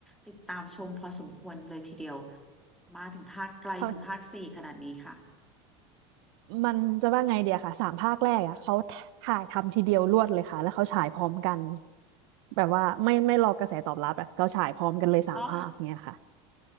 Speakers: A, in the centre; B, on the right.
A: ติดตามชมพอสมควรเลยทีเดียวมาถึงภาคไกลถึงภาคสี่ขนาดนี้ค่ะ
B: เขามันจะว่าไงเดียค่ะสามภาคแรกอ่ะเขาถ่ายทำทีเดียวรวดเลยค่ะแล้วเขาฉายพร้อมกันแบบว่าไม่ไม่รอกระแสตอบรับอ่ะเขาฉายพร้อมกันเลยสามภาคเนี่ยค่ะ
A: อ๋อ